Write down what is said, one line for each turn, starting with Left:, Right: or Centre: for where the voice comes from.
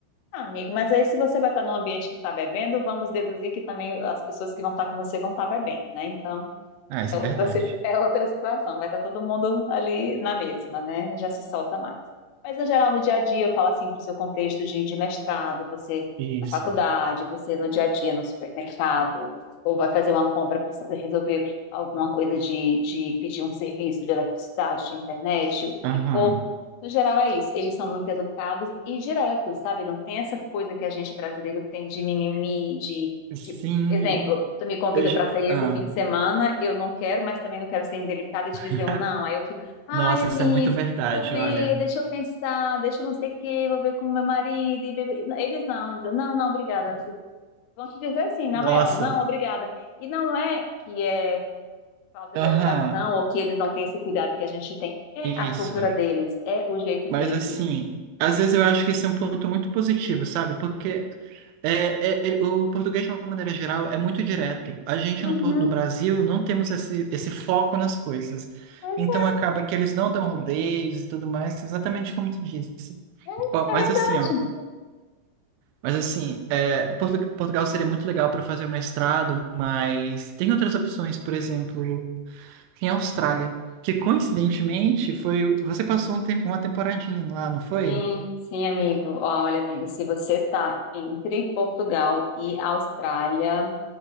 Left: ah, amigo, mas aí se você vai estar num ambiente que está bebendo, vamos deduzir que também as pessoas que vão estar com você vão estar bebendo, né? Então,
Right: Ah, isso
Left: É outra,
Right: é verdade.
Left: si- é outra situação, vai estar todo mundo ali na mesma, né? Já se solta mais. Mas, no geral, no dia a dia, eu falo assim para o seu contexto de, de mestrado, você
Right: Isso.
Left: na faculdade, você no dia a dia, no supermercado, ou vai fazer uma compra, precisa resolver alguma coisa de, de pedir um serviço de eletricidade, de internet, o
Right: Aham.
Left: que for. No geral, é isso. Eles são muito educados e diretos, sabe? Não tem essa coisa que a gente brasileiro tem de mimimi, de
Right: Sim.
Left: de Exemplo, tu me convida
Right: Eu... ju-
Left: para sair
Right: Ah.
Left: esse fim de semana, eu não quero, mas também não quero ser indelicada e te
Right: <laughs>
Left: dizer um não. Aí eu fico, ai,
Right: Nossa,
Left: amigo,
Right: isso é muito verdade,
Left: vou ver,
Right: olha.
Left: deixa eu pensar, deixa eu não sei o quê, vou ver com meu marido e bebê. Eles não, dizem, não, não, obrigada. Vão te dizer assim, na
Right: Nossa.
Left: maior, não, obrigada. E não é que é falta
Right: Aham,
Left: de educação ou que eles não têm esse cuidado que a gente tem. É
Right: isso.
Left: a cultura deles, é o jeito
Right: Mas
Left: deles.
Right: assim, às vezes eu acho que isso é um ponto muito positivo, sabe? Porque é, é- é- o português, de uma maneira geral, é muito direto. A gente
Left: Uhum,
Right: no, por- no Brasil não temos esse, esse foco nas coisas.
Left: pois
Right: Então acaba que eles não dão rodeios e tudo mais, exatamente como tu disse.
Left: é, é,
Right: Ó, mas
Left: é verdade.
Right: assim, ó. Mas assim, é, Portu- Portugal seria muito legal para fazer o mestrado, mas tem outras opções, por exemplo. em Austrália. Que coincidentemente foi. Você passou um tem- uma temporadinha lá, não foi?
Left: Sim, sim, amigo. Ó, Olha, amigo, se você está entre Portugal e Austrália,